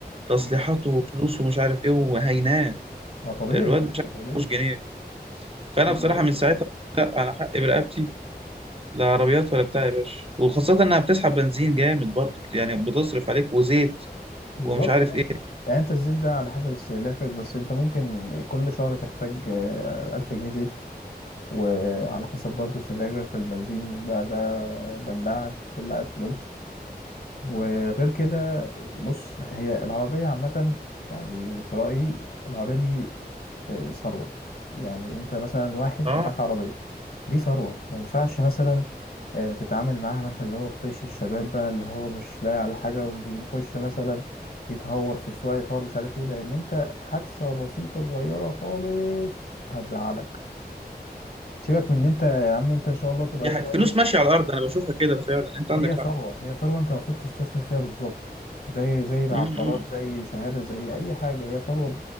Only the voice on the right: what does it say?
تصليحات
وفلوس ومش عارف إيه وهيناه
الواد
مش
عارف
يحوش جنيه فأنا
بصراحة
من
ساعتها لأ، أنا حقي برقبتي لا عربيات ولا بتاع يا باشا وخاصة إنها بتسحب بنزين جامد برضه بت- يعني بتصرف عليك وزيت
ومش عارف
إيه
أه
دي
حقيقة. فلوس ماشية على الأرض أنا بشوفها كده فعلا أنت
عندك
مم.